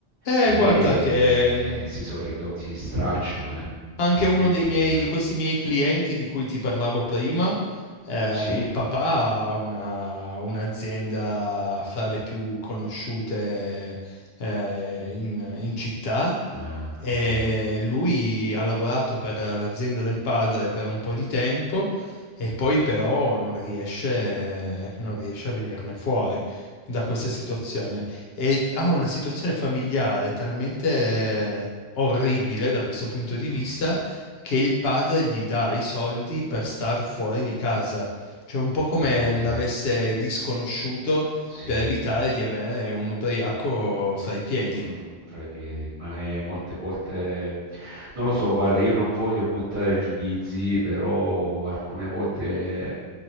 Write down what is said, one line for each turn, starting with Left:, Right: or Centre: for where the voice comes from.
Left: Eh,
Right: e
Left: guarda che non,
Right: si sono ridotti di straccio, eh?
Left: Anche
Right: Veramente,
Left: uno dei miei,
Right: Emilia.
Left: di questi miei clienti di cui ti parlavo prima, eh,
Right: Sì?
Left: il papà ha una- un'azienda fra le più conosciute, eh, in, in città
Right: Ah,
Left: e
Right: ok.
Left: lui ha lavorato per l'azienda del padre per un po' di tempo e poi però non riesce, non riesce a venirne fuori da questa situazione e ha una situazione familiare talmente orribile da questo punto di
Right: Mm.
Left: vista che il padre gli dà i soldi per star fuori di casa, cioè un po' come
Right: Ok,
Left: l'avesse disconosciuto
Right: sì,
Left: per evitare di avere un ubriaco fra i piedi.
Right: Mm, fra i piedi, ma è molte volte, non lo so, guarda, io non voglio buttare giudizi, però alcune volte